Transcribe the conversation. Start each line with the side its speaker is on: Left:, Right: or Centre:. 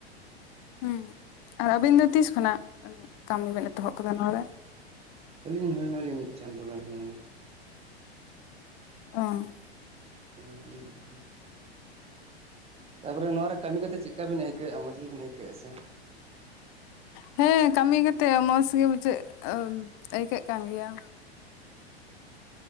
Left: ᱦᱮᱸ ᱟᱨ ᱟᱵᱤᱱ ᱫᱚ ᱛᱤᱥ ᱠᱷᱚᱱᱟᱜ, ᱠᱟᱹᱢᱤ ᱵᱤᱱ ᱮᱛᱚᱦᱚᱵ ᱠᱟᱫᱟ ᱱᱚᱣᱟ ᱨᱮ?
Right: ᱟᱹᱞᱤᱧ ᱦᱩᱭᱱᱟᱞᱤᱧ ᱢᱤᱫ ᱪᱟᱸᱫᱳ ᱜᱟᱱ ᱤᱧ ᱦᱩᱭᱱᱟ ᱾
Left: ᱚ <unintelligible>
Right: <unintelligible> ᱛᱟᱯᱚᱨᱮ ᱱᱚᱣᱟ ᱨᱮ ᱠᱟᱹᱢᱤ ᱠᱟᱛᱮ ᱪᱮᱫᱠᱟ ᱵᱤᱱ ᱟᱹᱭᱠᱟᱹᱣᱮᱜ-ᱟ ᱢᱚᱡᱽ ᱜᱮᱵᱤᱱ ᱟᱹᱭᱠᱟᱹᱣᱮᱜ-ᱟ ᱥᱮ?
Left: ᱦᱮᱸ ᱠᱟᱹᱢᱤ ᱠᱟᱛᱮ ᱢᱚᱡ ᱜᱮ ᱵᱩᱡᱷᱟᱹᱜ ᱟᱹᱭᱠᱟᱹᱜ ᱠᱟᱱ ᱜᱮᱭᱟ᱾